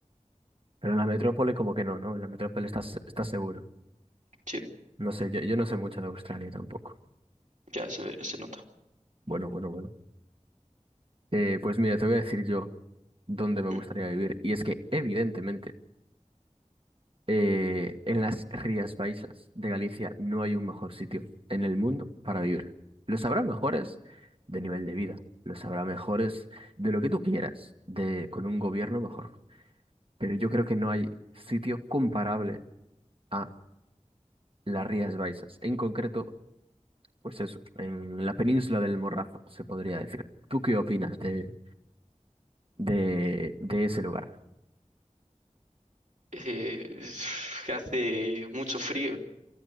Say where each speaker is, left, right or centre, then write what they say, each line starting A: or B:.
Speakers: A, on the right; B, on the right.
A: Pero en la metrópole como que no, ¿no? En la metrópole estás, estás seguro.
B: sí,
A: No sé, yo, yo no sé mucho de Australia tampoco.
B: ya se ve, se nota.
A: Bueno, bueno, bueno. Eh, pues mira, te voy a decir yo dónde me
B: Mm.
A: gustaría vivir. Y es que, evidentemente, eh, en las Rías Baixas de Galicia no hay un mejor sitio en el mundo para vivir. Los habrá mejores de nivel de vida. Los habrá mejores de lo que tú quieras, de, con un gobierno mejor. Pero yo creo que no hay sitio comparable a las Rías Baixas. En concreto, pues eso, en la península del Morrazo, se podría decir. ¿Tú qué opinas de, de, de ese lugar?
B: Eh, <sighs> que hace mucho frío.